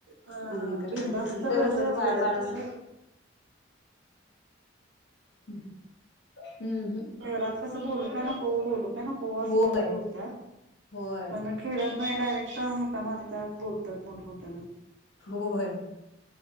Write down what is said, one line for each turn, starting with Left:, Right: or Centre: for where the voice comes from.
Right: अ
Left: आणि हे करतात
Right: बिंदास्त
Left: इथं
Right: बोलतात
Left: कसं बाड
Right: खेड्या
Left: बाड
Right: त
Left: बाड
Right: कस
Left: ह हम्म हम्
Right: शहरात कसं बोलू काय नको बोलू नको अस
Left: होय,
Right: बोलतात
Left: होय,
Right: पण खेड नाही डायरेक्ट हाका मारतात बोलतात मग त्यांना
Left: होय